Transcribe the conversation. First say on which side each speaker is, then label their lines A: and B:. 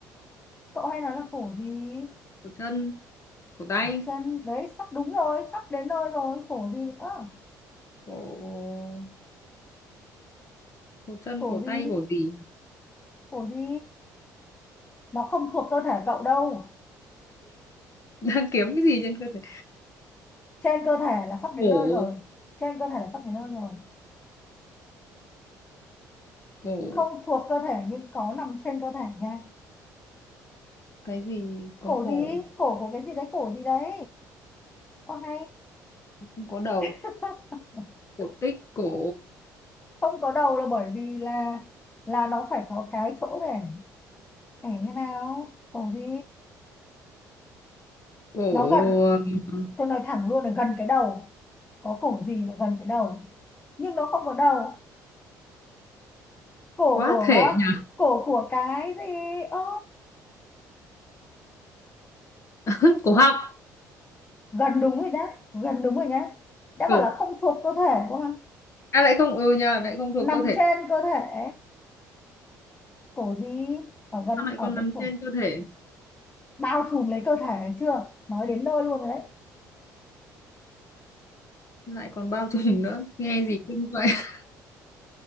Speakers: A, on the left (about 20°); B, on the left (about 40°).
A: cậu hay nói là cổ gì
B: Cổ chân. Cổ tay.
A: cổ chân đấy sắp đúng rồi sắp đến nơi rồi cổ gì nữa
B: Cổ. Cổ chân,
A: cổ
B: cổ
A: gì
B: tay, cổ gì? <laughs>
A: cổ gì nó không thuộc cơ thể cậu đâu
B: Đang kiếm cái gì trên cơ thể?
A: trên cơ thể là sắp đến
B: Cổ.
A: nơi rồi trên cơ thể là sắp đến nơi rồi
B: Cổ.
A: không thuộc cơ thể nhưng có nằm trên cơ thể nha
B: cái gì có
A: cổ
B: cổ
A: gì cổ của cái gì đấy cổ gì đấy Ok
B: không có đầu
A: <laughs>
B: Cổ tích. Cổ.
A: không có đầu là bởi vì là là nó phải có cái chỗ để để thế nào cổ gì
B: Cổ.
A: nó gần
B: ừm,
A: tôi nói thẳng luôn là gần cái đầu có cổ gì mà gần cái đầu nhưng nó không có đầu cổ
B: Quá
A: của
B: thể nhỉ?
A: cổ của cái gì ơ
B: <laughs> Cổ họng.
A: gần đúng rồi nhá gần đúng rồi nhá đã
B: Cổ.
A: bảo là không thuộc cơ thể đúng không
B: À lại không ừ nhỉ, lại không thuộc
A: nằm
B: cơ thể.
A: trên cơ thể cổ gì ở gần
B: Sao lại
A: ở
B: còn
A: cái
B: nằm
A: cổ
B: trên cơ thể?
A: bao trùm lấy cơ thể chưa nói đến nơi luôn rồi đấy
B: Lại còn bao trùm nữa. Nghe gì kinh vậy? <laughs>